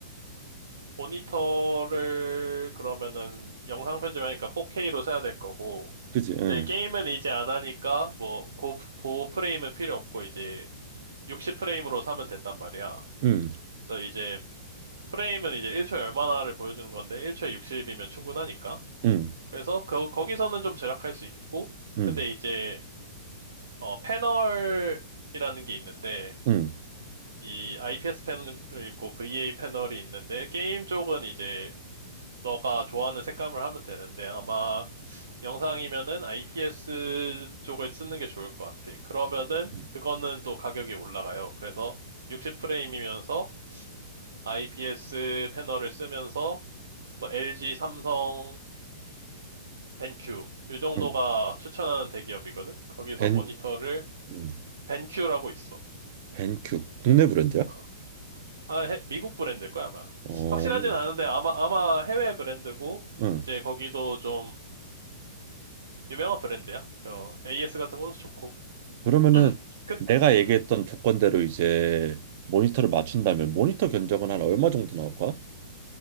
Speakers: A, on the right (about 85°); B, on the right (about 50°).
A: 모니터를 그러면은 영상 편집하니까 4K로 사야 될 거고.
B: 그지?
A: 근데
B: 응,
A: 게임은 이제 안 하니까 뭐 고, 고 프레임은 필요 없고 이제 60 프레임으로 사면 된단 말이야.
B: 응,
A: 그래서 이제 프레임은 이제 1초에 얼마나를 보여주는 건데 1초에 60이면 충분하니까.
B: 응,
A: 그래서 거, 거기서는 좀 절약할 수 있고.
B: 응,
A: 근데 이제 어, 패널이라는 게 있는데
B: 응,
A: 이 IPS 패널이 있고 VA 패널이 있는데 게임 쪽은 이제 너가 좋아하는 색감을 하면 되는데 아마 영상이면은 IPS 쪽을 쓰는 게 좋을 것 같아. 그러면은
B: 응,
A: 그거는 또 가격이 올라가요. 그래서 60프레임이면서 IPS 패널을 쓰면서 뭐 LG, 삼성, 벤큐 이 정도가
B: 응.
A: 추천하는 대기업이거든. 거기서
B: 벤,
A: 모니터를
B: 응,
A: 벤큐라고 있어.
B: 벤큐 국내 브랜드야?
A: 어. 아, 해- 미국 브랜드일 거야, 아마.
B: 어,
A: 확실하진 않은데, 아마, 아마 해외 브랜드고,
B: 응.
A: 이제 거기도 좀 유명한 브랜드야. 어, AS 같은 것도 좋고.
B: 그러면은
A: <clears throat> 그,
B: 내가 얘기했던
A: 음,
B: 조건대로 이제 모니터를 맞춘다면 모니터 견적은 한 얼마 정도 나올까?